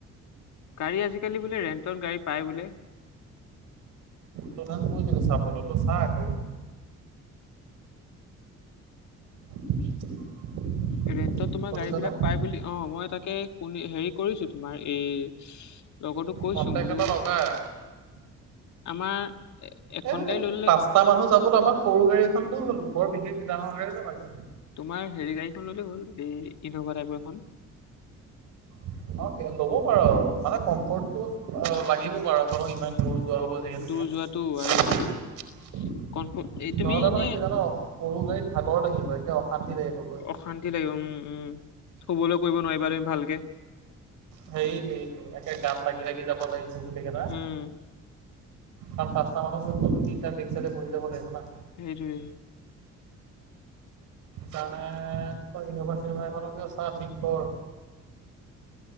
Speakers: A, on the left; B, on the right.
A: গাড়ী, আজিকালি বোলে, ৰেণ্টত গাড়ী পায় বোলে।
B: তোক দেখোন কৈছিলো, চাবলে, তই চা আকৌ। <inaudible>
A: ৰেণ্টত, তোমাৰ,
B: শুনিছনে
A: গাড়ীবিলাক পায় বুলি। অ, মই তাকে হেৰি কৰিছোঁ, তোমাৰ এই লগৰটোক কৈছোঁ
B: কণ্টেক্ট
A: বোলো
B: এটা লগা
A: আমাৰ এখন
B: এ
A: গাড়ী ল'লে
B: <unintelligible> মানুহ যাবলৈ, আমাক সৰু গাড়ী এখন হ'লেও হ'ল। বৰ বিশেষ ডাঙৰ গাড়ীও নালাগে।
A: তোমাৰ হেৰি, গাড়ীখন ল'লে হ'ল। এই ইন'ভা টাইপৰ এখন।
B: অ, ল'ব পাৰ মানে, কমফৰ্টটো অ, লাগিব বাৰু। <unintelligible> ইমান দূৰ যোৱা হ'ব যিহেতুকে।
A: দূৰ যোৱাটো আৰু তোমাৰ কমফ এই তুমি
B: নহ'লে,
A: এনেই
B: মানে কি হ'ব জান? সৰু গাড়ীত ভাগৰ লাগিব, একে অশান্তি লাগিব গৈ।
A: অশান্তি লাগিব। উম, উম, শুবলৈ কৰিব নোৱাৰিবা তুমি ভালকে।
B: সেইটো, সেইটো, একে গাত লাগি, লাগি যাব লাগিব, গোটেই কেইটা।
A: উম
B: আৰু পাঁচটা মানুহ, <unintelligible> তিনিটা বেগ চাইডে বহি যাব লাগিব নে।
A: সেইটোৱে।
B: কাৰণে, তই এনোভা-চিনোভা এখনকে চা, ঠিক কৰ।